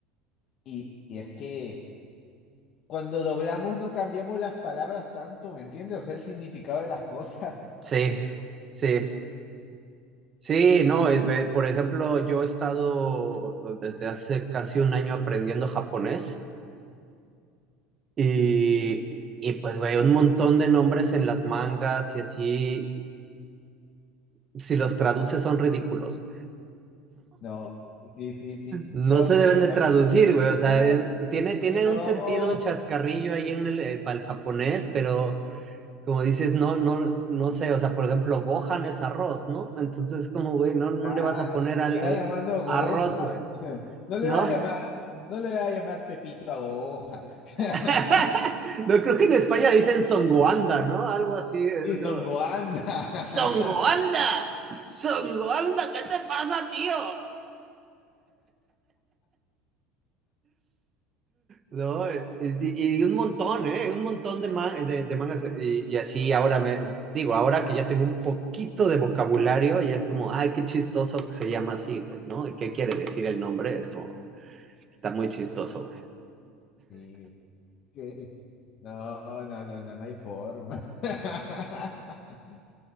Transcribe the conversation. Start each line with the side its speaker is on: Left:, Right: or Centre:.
Left: y y es que cuando doblamos no cambiamos las palabras tanto, ¿me entiendes? O sea, el significado de las <laughs> cosas.
Right: sí, sí, sí, no, es- eh, por ejemplo, yo he estado desde hace casi un año aprendiendo japonés y, y pues, güey, un montón de nombres en las mangas y así, si los traduces son ridículos,
Left: No, sí, sí, sí.
Right: No
Left: No,
Right: se deben
Left: si la
Right: de traducir, güey. O sea,
Left: traducción
Right: es- tiene, tiene
Left: es que no,
Right: un sentido, un chascarrillo ahí en el, eh, para el japonés, pero como dices, no, no, no sé. O sea, por ejemplo, Gohan es arroz, ¿no? Entonces, como, güey, no, no
Left: claro,
Right: le vas a poner
Left: que se
Right: al,
Left: siga
Right: al
Left: llamando
Right: arroz,
Left: Gohan.
Right: güey,
Left: <laughs> No le
Right: ¿no?
Left: va a llamar, no le va a llamar Pepito a Gohan.
Right: <laughs>
Left: <laughs>
Right: No creo que en España dicen songoanda, ¿no? Algo así. es
Left: Sí, son
Right: como,
Left: Goanda.
Right: ¡Songoanda!
Left: <laughs>
Right: ¡Songoanda! ¿Qué te pasa, tío? No, eh, y, y un montón, ¿eh? Un montón de, ma- de, de mangas. Y, y así ahora me digo, ahora que ya tengo un poquito de vocabulario, ya es como, ay, qué chistoso que se llama así, ¿no? ¿Y qué quiere decir el nombre? Es como, está muy chistoso.
Left: Sí, que- No, no, no, no, no hay forma. <laughs>